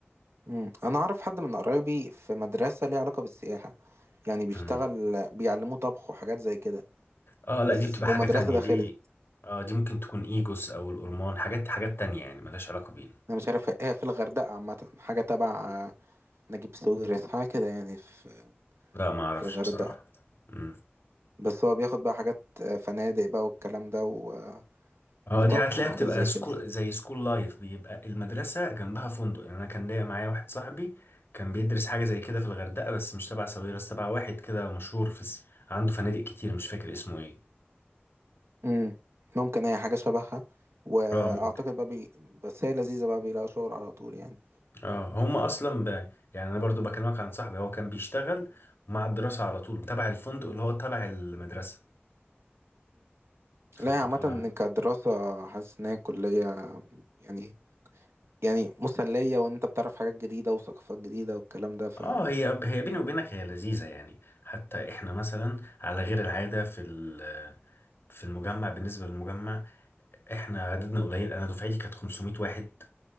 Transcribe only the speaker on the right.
امم انا اعرف حد من قرايبي في مدرسة ليها علاقة بالسياحة يعني بيشتغل
بيعلموه طبخ وحاجات زي كده
بس
ومدرسة
داخلت
انا مش عارف هي في الغردقة عامة حاجة تبع آه، نجيب ساويرس حاجة كده يعني في
في الغردقة
بس هو بياخد بقى حاجات آه، فنادق بقى والكلام ده و... آه،
وطبخ
وحاجات
زي
كده
امم ممكن هي حاجة شبهها واعتقد
بقى بي... بس هي لذيذة بقى بيلاقوا شغل على طول يعني
لا هي عامة كدراسة حاسس إن هي كلية يعني يعني مسلية وإن أنت بتعرف حاجات جديدة وثقافات جديدة والكلام ده فهو